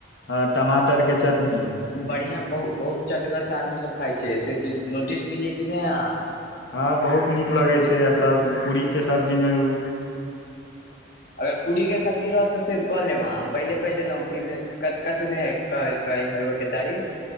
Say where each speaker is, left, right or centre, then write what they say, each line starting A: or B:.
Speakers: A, on the left (about 75°); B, on the left (about 60°).
A: हँ टमाटरके चटनी
B: बढ़िआ बहु बहुत चटगर से आदमी सब खाय छै से चिज नोटिस केलियै कि नहि अहाँ
A: हँ बहुत नीक लगै छै आ सब पूरिके सब्जीमे उ
B: अगर पूरिके सब्जी रहत त से क लेब अहाँ हम पहिले कहि देलहुँ फिर जे कच कच नहि हय कह कही होेबय के चाही